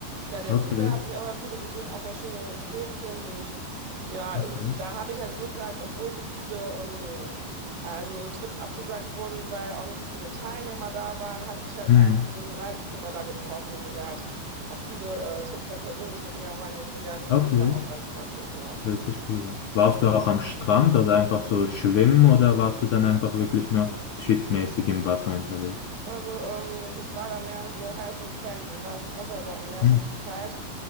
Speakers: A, on the right; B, on the left.
A: ja, Delfine
B: Okay,
A: habe ich aber viele gesehen, auch verschiedene Spezien und ja,
B: okay.
A: und da habe ich halt Glück gehabt, obwohl so viele ähm, also Trips abgesagt wurden, weil auch nicht so viele Teilnehmer da waren, hatte ich halt
B: Hm.
A: einen, so einen Reiseführer da getroffen und der hat auch viele äh, Trips dann persönlich mit mir organisiert.
B: Okay.
A: Das war auch ganz praktisch, ja.
B: Das hört sich cool an. Warst du auch am Strand, also einfach so schwimmen oder warst du dann einfach wirklich nur tripmäßig im Wasser unterwegs?
A: Also ähm, ich war da mehr in so heißen Quellen, im Was- Wasser da am Meer
B: Hm.
A: schon zu kalt.